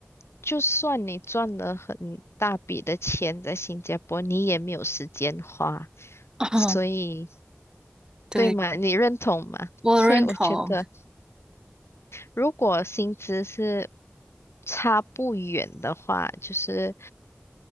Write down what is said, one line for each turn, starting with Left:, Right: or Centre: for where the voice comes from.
Left: 就算你赚了很大笔的钱在新加坡，你也没有时间花，
Right: <laughs>
Left: 所以
Right: <clears throat> 对，
Left: 对吗？你认同吗？
Right: 我认同。
Left: 所以我觉得，如果薪资是差不远的话，就是